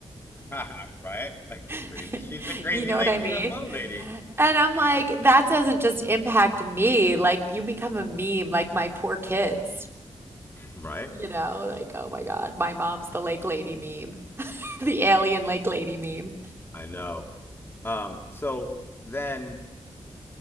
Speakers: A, on the left; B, on the right.
A: <laughs> Right? Like crazy.
B: <laughs>
A: She's the crazy
B: You know
A: lake
B: what I
A: UFO
B: mean?
A: lady.
B: And I'm like, that doesn't just impact me. Like, you become a meme, like my poor kids.
A: Right?
B: You know, like, oh my God, my mom's the lake lady meme, <laughs> the alien lake lady meme.
A: I know. Um, so then,